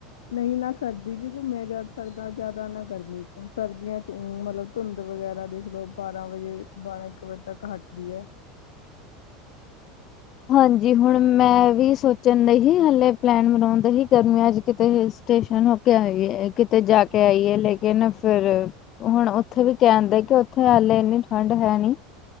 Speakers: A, on the left; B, on the left.
A: ਨਹੀਂ ਨਾ ਸਰਦੀ ਚ ਘੁੰਮਿਆ ਜਾ ਸਕਦਾ ਜ਼ਿਆਦਾ ਨਾ ਗਰਮੀ ਚ ਸਰਦੀਆਂ ਚ ਊ ਮਤਲਬ। ਧੁੰਦ ਵਗੈਰਾ ਦੇਖਲੋ ਬਾਰਾਂ ਵਜੇ ਬਾਰਾਂ ਇੱਕ ਵਜੇ ਤੱਕ ਹਟਦੀ ਐ।
B: ਹਾਂਜੀ ਹੁਣ ਮੈਂ ਵੀ ਸੋਚਣ ਡਈ ਸੀ' ਹਲੇ ਪਲੈਨ ਬਨਾਉਣ ਦਈ ਸੀ ਗਰਮੀਆਂ ਚ ਕਿਤੇ ਸਟੇਸ਼ਨ ਹੋ ਕੇ ਆਈਏ ਕਿਤੇ ਜਾ ਕੇ ਆਈਏ ਲੇਕਿਨ ਫਿਰ। ਹੁਣ ਉੱਥੇ ਵੀ ਕਹਿਣਦੇ ਕਿ ਉੱਥੇ ਹਾਲੇ ਇੰਨੀ ਠੰਡ ਹੈ ਨਹੀਂ।